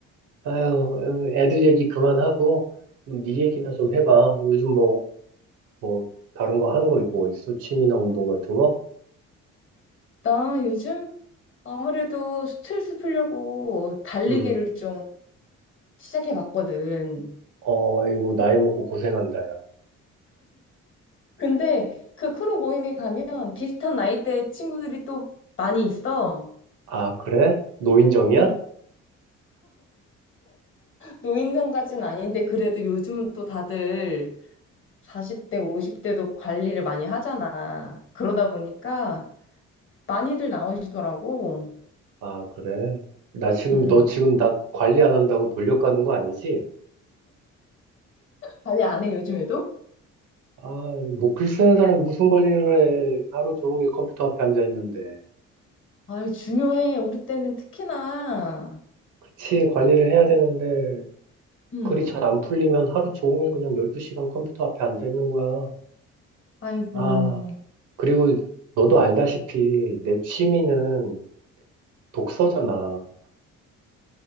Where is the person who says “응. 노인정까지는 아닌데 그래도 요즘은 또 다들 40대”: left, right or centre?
Left